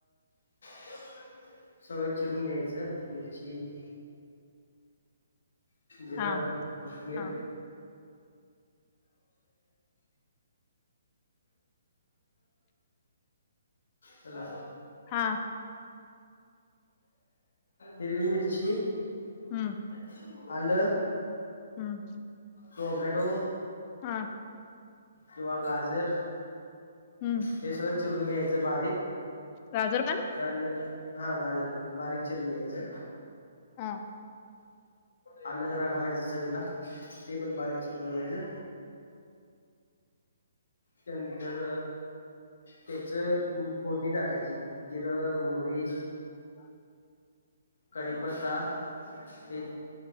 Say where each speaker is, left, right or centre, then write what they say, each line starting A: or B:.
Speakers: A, on the left; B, on the left.
A: - सगळं चिरून घ्यायचं. मिरची - जिरं,
B: हा
A: कोथमिर
B: हा
A: ‌- हॅलो.
B: हा
A: हिरवी मिरची -
B: हम्म
A: आलं,
B: हम्म
A: टोमॅटो -
B: हा
A: किंवा गाजर -
B: हं.
A: हे सगळं चिरून घ्यायचं बारीक.
B: गाजर पण
A: त्यानंतर, हं. गाजर पण बारीक चिरून घ्यायचं.
B: हां.
A: आलं जरा घालायचं चवीला ते पण बारीक चिकून घालायचं. त्यानंतर त्याचं फोडणी टाकायची. गिर मोरी.
B: हा,
A: कढीपत्ता हे.